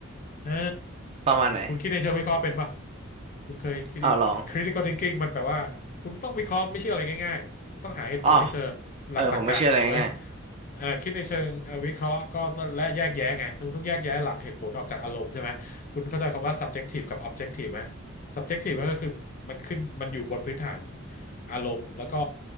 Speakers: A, on the left (about 40°); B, on the right (about 30°).
A: เออ
B: ประมาณไหน
A: คุณคิดในเชิงวิเคราะห์เป็นป่ะ คุณเคย criti-
B: เอาลอง
A: critical thinking มันแปลว่าคุณต้องวิเคราะห์ไม่ใช่อะไรง่ายๆก็ต้องหาเหตุผลให้เจอ
B: อ๋อ
A: หลักตรรกะถูกไหม
B: เออผมไม่เชื่ออะไรง่าย
A: เอ่อคิดในเชิงเอ่อวิเคราะห์ก็ต้องและแยกแยะไงต้องต้องแยกแยะหลักเหตุผลออกจากอารมณ์ใช่ไหมคุณเข้าใจคำว่า subjective กับ objective ไหม subjective ก็คือมันขึ้นมันอยู่บนพื้นฐานอารมณ์แล้วก็